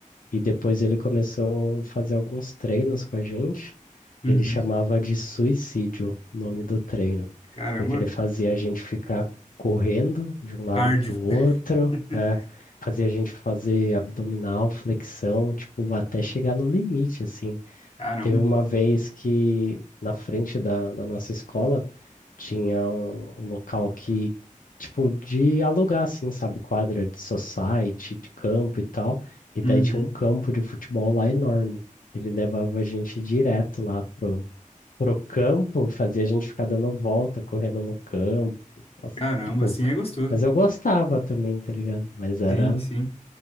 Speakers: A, on the left; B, on the left.
A: e depois ele começou a fazer alguns treinos com a gente.
B: uhum.
A: Ele chamava de suicídio o nome do treino,
B: Caramba,
A: porque ele fazia a gente ficar correndo de um lado
B: cardio,
A: para o outro,
B: <laughs>
A: é, fazia a gente fazer abdominal, flexão, tipo, até chegar no limite, assim.
B: caramba,
A: Teve uma vez que na frente da, da nossa escola tinha um um local que, tipo, de alugar, assim, sabe? Quadra de society, de campo e tal. E daí
B: uhum,
A: tinha um campo de futebol lá enorme. Ele levava a gente direto lá pro, pro campo, fazia a gente ficar dando volta, correndo no campo. Nossa,
B: caramba,
A: tipo,
B: assim é gostoso.
A: mas eu gostava também, tá ligado? Mas era
B: Sim, sim.